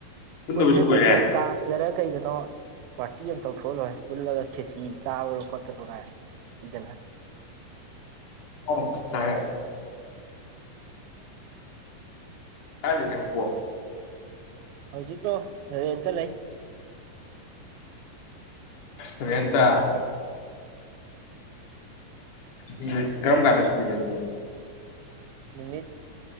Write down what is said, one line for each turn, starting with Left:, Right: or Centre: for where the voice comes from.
Left: ꯄꯨꯟꯗꯕꯁꯨ
Right: ꯄꯨꯟꯁꯦ
Left: ꯀꯨꯏꯔꯦ
Right: ꯄꯨꯟꯁꯦ ꯀꯥꯥꯁ ꯃꯔꯔꯛ ꯀꯩꯗꯅꯣ ꯄꯥꯔꯇꯤ ꯑꯃ ꯇꯧꯊꯣꯛꯂꯣꯏꯔꯦ ꯄꯨꯜꯂꯒ ꯈꯦꯆ ꯆꯥꯕꯔꯣ ꯈꯣꯠꯇꯔꯣ ꯀꯥꯏ ꯏꯗꯅ
Left: ꯑꯣꯔꯦ ꯑꯗ ꯌꯦ ꯄ
Right: ꯍꯧꯖꯤꯛꯀꯣ ꯔꯦꯟꯇ ꯂꯩ
Left: ꯑꯦꯇ
Right: ꯎꯝ
Left: ꯎꯝ ꯀꯝ ꯀꯂꯁꯨ ꯂꯩ
Right: ꯅꯨꯃꯤ